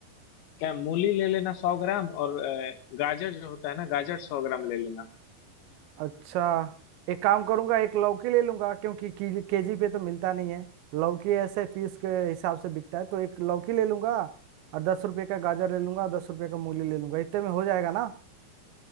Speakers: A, on the left; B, on the right.
A: क्या मूली ले लेना सौ ग्राम और अ, गाजर जो होता है ना गाजर सौ ग्राम ले लेना
B: अच्छा एक काम करूंगा एक लौकी ले लूंगा क्योंकि केजी पे तो मिलता नहीं है लौकी ऐसे पीस के हिसाब से बिकता है तो एक लौकी ले लूंगा और दस रुपए का गाजर ले लूंगा दस रुपए का मूली ले लूंगा इतने में हो जाएगा ना